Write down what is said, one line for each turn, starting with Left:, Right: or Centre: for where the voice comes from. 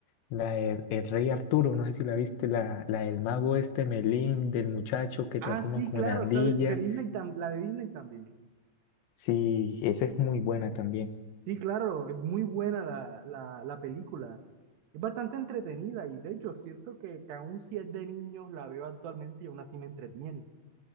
Left: la de El Rey Arturo, no sé si la viste, la, la del mago este, Melín, del muchacho que
Right: Ah,
Left: transforman
Right: sí,
Left: como
Right: claro,
Left: en ardilla.
Right: o sea, de, de Disney tam- la de Disney también.
Left: Sí, esa es muy buena también.
Right: Sí, claro, es muy buena la, la, la película. Es bastante entretenida y de hecho siento que, que aún si es de niños la veo actualmente y aún así me entretiene.